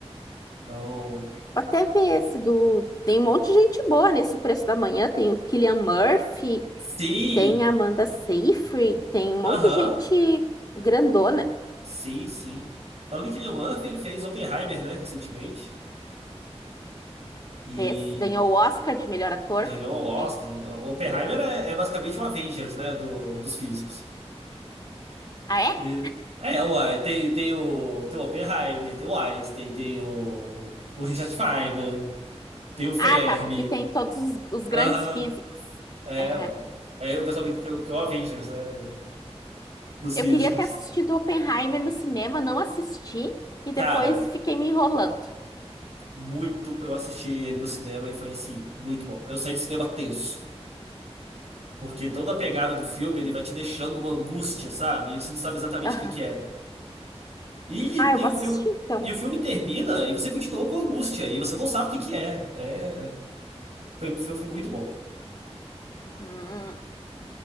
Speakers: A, on the right; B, on the left.
A: Então,
B: Vou até ver esse do. Tem um monte de gente boa nesse O Preço da Manhã. Tem o Killian Murphy,
A: sim,
B: tem a Amanda Seyfried, tem um
A: aham,
B: monte de gente grandona.
A: sim, sim. Falando em Cillian Murphy, ele fez Oppenheimer, né, recentemente, e
B: Fez. Ganhou o Oscar de melhor ator.
A: ganhou o Oscar.
B: É.
A: Então, Oppenheimer é, é basicamente o Avengers, né, do, dos físicos.
B: Ah, é?
A: E- É, é, uai, tem, tem o, tem o Oppenheimer, tem o Einstein, tem o, o Richard Feynman, tem o Fermi.
B: Ah, tá, porque tem todos os, os
A: Aham,
B: grandes físicos.
A: é,
B: Aham.
A: uai. É, o pessoal brinca que, é o que é o Avengers, né, do- dos
B: Eu
A: físicos.
B: queria ter assistido Oppenheimer no cinema, não assisti e
A: Cara,
B: depois fiquei me enrolando.
A: muito, eu assisti ele no cinema e foi assim, muito bom. Eu saí do cinema tenso, porque toda a pegada do filme, ele vai te deixando numa angústia, sabe? E você não sabe exatamente
B: Aham.
A: o que que é. E,
B: Ah, eu vou
A: e o
B: assistir
A: filme,
B: então.
A: e o filme termina e você continua com angústia, e você não sabe o que que é. É. Foi um filme muito bom.
B: Hum.